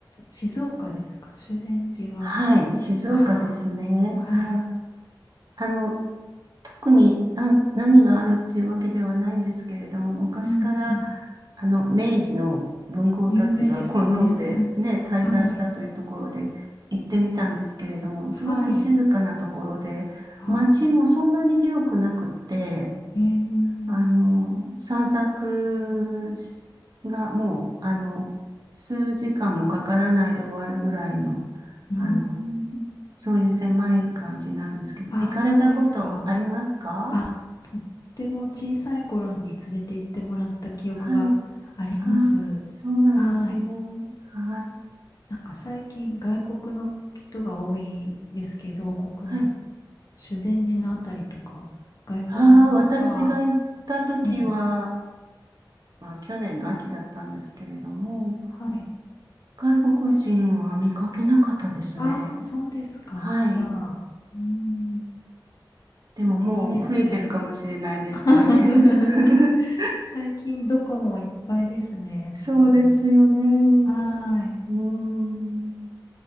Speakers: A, on the left; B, on the right.
A: 静岡ですか。修善寺は。
B: はい、静岡ですね。
A: ああ、はいはい。
B: はい。あの、特に何、何があるっていうわけではないんですけれども、昔から、
A: うんうん。
B: あの、明治の文豪たちが好んでね、
A: 有名ですね。う
B: 滞在したというところで行ってみたんですけれども、
A: ん。はい。
B: すごく静かなところで、
A: はい。ああ、
B: 街もそんなに広くなくって、
A: ええ
B: あの、散策しがもう、あの、数時間もかからないで終わるぐらいの、
A: うーん。
B: あの、そういう狭い感じなんですけど、
A: ああ、
B: 行かれたことありますか
A: そうですか。あ、とっても小さい頃に連れて行ってもらった記憶があります。
B: はい。あ、そうなんですね。
A: はい。
B: はい。
A: なんか最近外国の人が多いですけど、国内、
B: はい。
A: 修善寺のあたりとか、外国の方は、
B: ああ、私が行った時は、
A: ええ、
B: まあ、去年の秋だったんですけれども、
A: はい。
B: 外国人は見かけなかったですね。
A: ああ、そうですか。
B: はい。
A: じゃあ、うーん、
B: でももう増えてるかもしれないですね。
A: いいですね。<laughs>
B: <laughs>
A: 最近どこもいっぱいですね、
B: そうですよね。
A: 本当に。はーい。
B: うーん。